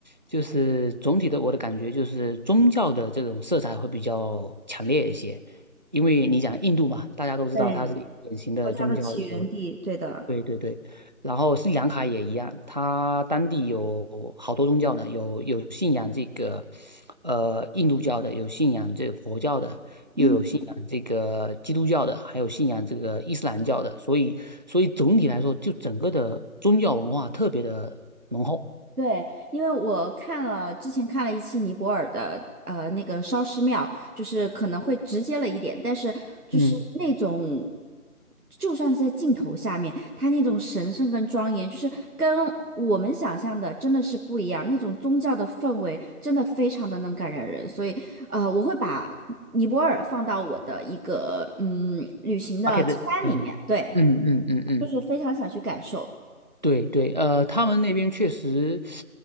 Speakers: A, on the right (about 30°); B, on the right (about 75°).
A: 就是总体的我的感觉就是宗教的这种色彩会比较强烈一些，因为你讲印度嘛，大家都知道它是一个典型的宗教一个。
B: 对，国家的起源地，对的。
A: 对对对，然后斯里兰卡也一样，它当地有好多宗教呢，有有信仰这个，呃，印度教的，有信仰这个佛教的，
B: 嗯。
A: 又有信仰这个基督教的，还有信仰这个伊斯兰教的，所以所以总体来说，就整个的宗教文化特别的浓厚。
B: 对，因为我看了之前看了一期尼泊尔的呃那个烧尸庙，就是可能会直接了一点，但是就是那种，
A: 嗯，
B: 就算是在镜头下面，它那种神圣跟庄严，就是跟我们想象的真的是不一样，那种宗教的氛围真的非常的能感染人，所以呃，我会把尼泊尔放到我的一个嗯旅行的清单里面，
A: 巴克的，嗯嗯嗯嗯嗯。
B: 对，就是非常想去感受。
A: 对对，呃，他们那边确实，